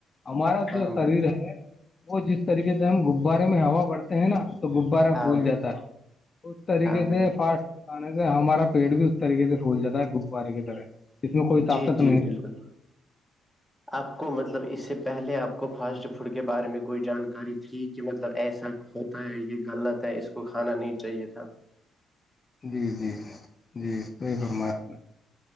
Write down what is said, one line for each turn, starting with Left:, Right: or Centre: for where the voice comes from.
Left: ہمارا
Centre: ہاں
Left: جو شریر
Centre: بھائی
Left: ہے وہ جس طریقے سے ہم غبارے میں ہوا بڑھتے ہیں نا تو غبارہ
Centre: ہاں
Left: پھول
Centre: بھائی
Left: جاتا ہے اس طریقے
Centre: ہاں
Left: سے
Centre: بھائی
Left: فاسٹ فوڈ کھانے سے ہمارا پیٹ بھی اس طریقے سے پھول جا ہے غبارے کی طرح اس میں کوئی
Centre: جی
Left: طاقت
Centre: جی
Left: نہیں
Centre: بالکل
Left: ہے
Centre: آپ کو مطلب اس سے پہلے آپ کو فاسٹ فوڈ کے بارے میں کوئی جانکاری تھی کہ مطلب ایسا ہوتا ہے یہ غلط ہے اس کو کھانا نہیں چاہیے تھا
Left: جی جی جی صحیح فرمایا آپ نے